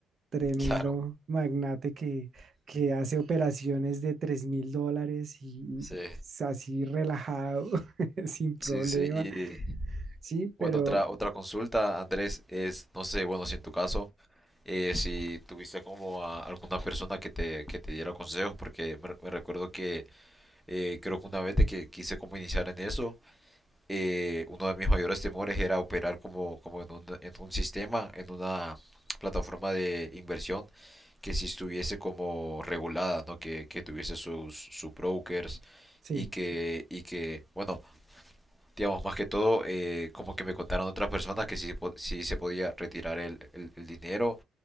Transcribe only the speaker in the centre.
claro,
sí,
sí, sí. Y
bueno,
otra, otra consulta, Andrés, es, no sé, bueno, si en tu caso eh, si tuviste como a alguna persona que te, que te diera consejos, porque me me recuerdo que eh, creo que una vez de que quise como iniciar en eso, eh, uno de mis mayores temores era operar como, como en un, en un sistema, en una plataforma de inversión que si estuviese como regulada, ¿no? Que, que tuviese sus, sus brokers
y que, y que, bueno, digamos, más que todo, eh, como que me contaron otras personas que sí, po- sí se podía retirar el, el- el dinero